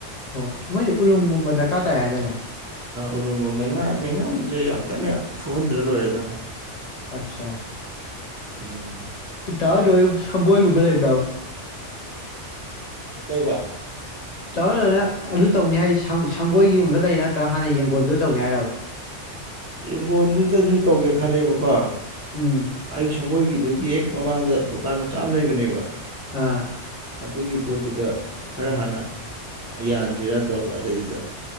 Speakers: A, on the left (about 45°); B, on the right (about 25°).
A: ꯍꯣꯏ ꯃꯣꯏꯁꯦ ꯎꯔꯨꯝꯒꯨꯝꯕ ꯗꯔꯀꯥꯔ ꯇꯥꯏ ꯍꯥꯏꯇꯥꯔꯦ
B: ꯎꯔꯨꯝꯒꯨꯝ ꯃꯩꯉꯥ ꯃꯩꯉꯥꯁꯦ ꯌꯥꯝ ꯀꯟꯅ ꯐꯨꯍꯟꯗ꯭ꯔ ꯂꯣꯏꯔꯦꯗꯃꯣ
A: ꯑꯆꯥ
B: ꯎꯝ
A: ꯇꯗ ꯁꯪꯒꯣꯏꯒꯨꯝꯕ ꯂꯩꯕ꯭ꯔꯥꯕ
B: ꯀꯕ
A: ꯆꯧꯅꯅꯦ ꯑꯗꯨ ꯇꯧꯅꯤ ꯍꯥꯏꯗꯤ ꯁꯪꯒꯣꯏꯒꯤꯒꯨꯝꯕꯗ ꯂꯩꯔꯤ ꯅꯠꯇ꯭ꯔꯒ ꯍꯥꯟꯅ ꯌꯦꯡꯒꯣꯟꯜꯗꯨ ꯇꯧꯒꯦ ꯍꯥꯏꯔꯕ
B: ꯏꯡꯒꯣꯟꯗꯨꯗꯁꯨ ꯇꯧꯒꯦ ꯈꯜꯂꯦꯕꯀꯣ
A: ꯎꯝ
B: ꯑꯩ ꯁꯪꯒꯣꯏꯒꯤꯗꯨꯒꯤ ꯍꯦꯛ ꯃꯃꯥꯡꯗ ꯗꯨꯀꯥꯟ ꯃꯆꯥ ꯑꯃ ꯂꯩꯕꯅꯦꯕ
A: ꯑꯥ
B: ꯑꯗꯨꯒꯤ ꯄꯣꯠꯇꯨꯗ ꯈꯔ ꯍꯥꯟꯅ ꯌꯥꯟꯁꯤꯔꯅ ꯇꯧꯕ ꯑꯗꯨꯗꯩꯗꯨꯗ